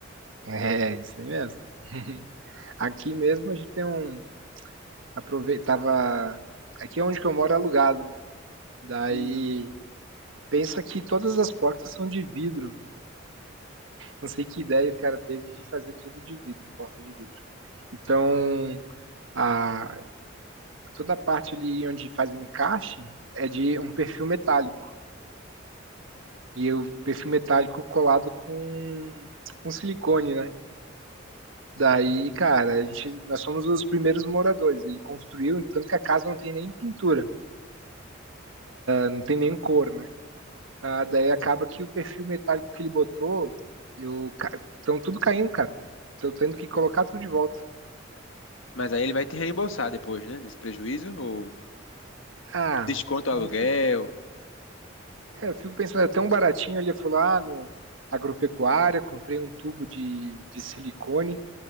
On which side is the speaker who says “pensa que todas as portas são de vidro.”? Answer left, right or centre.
Right